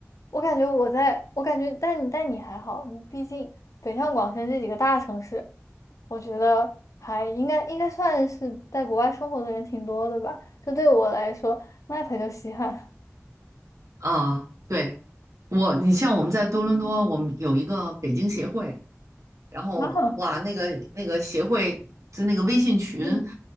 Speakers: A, on the left; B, on the right.
A: 我感觉我在，我感觉，但但你还好，你毕竟北上广深这几个大城市，我觉得还应该应该算是在国外生活的人挺多的吧。就对我来说，那才叫稀罕。<laughs>
B: 啊，对。我，你像我们在多伦多，我们有一个北京协会，然后哇，
A: 啊，
B: 那个那个协会就那个微信群，
A: 嗯